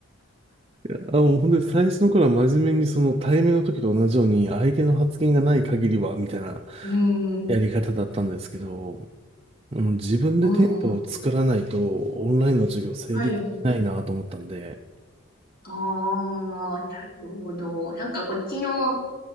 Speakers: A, on the right (about 25°); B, on the left (about 45°).
A: やあ、もう本当に最初の頃は真面目にその対面の時と同じように相手の発言がない限りは、みたいな
B: うん、う
A: やり方だったんですけど、うん自分でテンポを作らないとオンラインの授業成立しないなと思ったんで、
B: ん、うん。はい。ああ、なるほど。なんか、こっちの、